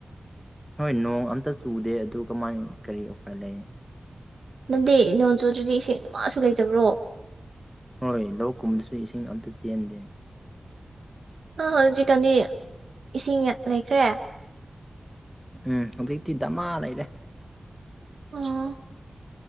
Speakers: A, in the centre; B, on the right.
A: ꯍꯣꯏ ꯅꯣꯡ ꯑꯃꯇ ꯆꯨꯗꯦ ꯑꯗꯨ ꯀꯃꯥꯏ ꯀꯔꯤ ꯎꯄꯥꯏ ꯂꯩ
B: ꯅꯪꯗꯤ ꯅꯣꯡ ꯆꯨꯗ꯭ꯔꯗꯤ ꯏꯁꯤꯡ ꯑꯃꯥꯁꯨ ꯂꯩꯇꯕ꯭ꯔꯣ
A: ꯍꯣꯏ ꯂꯧ ꯀꯨꯝꯕꯗꯁꯨ ꯏꯁꯤꯡ ꯑꯃꯇ ꯆꯦꯟꯗꯦ
B: ꯑꯣ ꯍꯧꯖꯤꯛꯀꯥꯟꯗꯤ ꯏꯁꯤꯡ ꯂꯩꯈ꯭ꯔꯦ
A: ꯎꯝ ꯍꯧꯖꯤꯛꯇꯤ ꯗꯃꯥ ꯂꯩꯔꯦ
B: ꯑꯣ